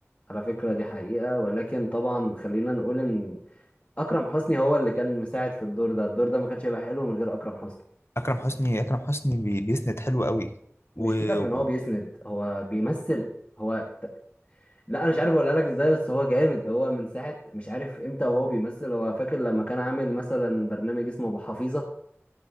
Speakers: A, on the left; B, on the left.
A: على فكرة دي حقيقة ولكن طبعا خلينا نقول ان اكرم حسني هو اللي كان مساعد في الدور ده الدور ده ما كانش هيبقى حلو من غير اكرم حسني
B: اكرم حسني اكرم حسني بي... بيسند حلو قوي و...
A: مش سيبك
B: و...
A: من هو بيسند هو بيمثل هو ت- لا انا مش عارف اقولها لك ازاي بس هو جامد هو من ساعة مش عارف امتى وهو بيمثل هو فاكر لما كان عامل مثلا برنامج اسمه ابو حفيظة